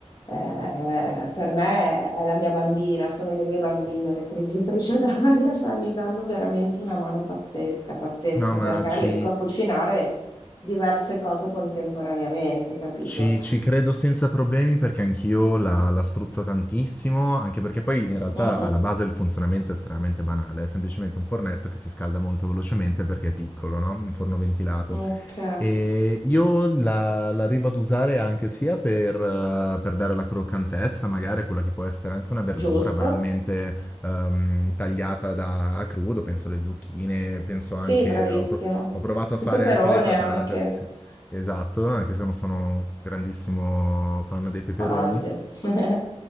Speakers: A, on the left; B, on the left.
A: eh, per me è la mia bambina, sono le mie bambine, le friggitrici ad aria, cioè mi danno veramente una mano pazzesca, pazzesca,
B: No, ma
A: perché
B: ci,
A: riesco a cucinare diverse cose contemporaneamente, capito?
B: Ci ci credo senza problemi perché anch'io la la sfrutto tantissimo, anche perché poi in realtà
A: Mm, mm.
B: alla base il funzionamento è estremamente banale, è semplicemente un fornetto che si scalda molto velocemente perché è piccolo, no, un forno ventilato.
A: Ok.
B: Ehm, io la la arrivo ad usare anche sia per eh, per dare la croccantezza, magari quella che può essere anche una verdura
A: Giusto?
B: banalmente, uhm, tagliata da a crudo, penso alle zucchine, penso
A: Sì,
B: anche
A: bravissimo.
B: ho pro ho provato a
A: Il
B: fare
A: peperone
B: anche le patate,
A: anche,
B: sì. Esatto, anche se non sono un grandissimo fan dei peperoni,
A: amante. <laughs>